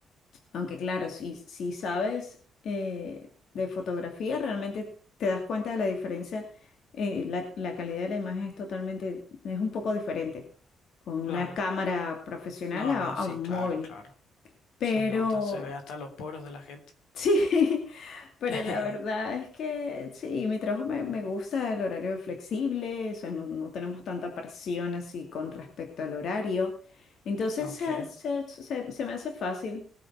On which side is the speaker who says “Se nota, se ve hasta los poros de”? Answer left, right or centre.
Left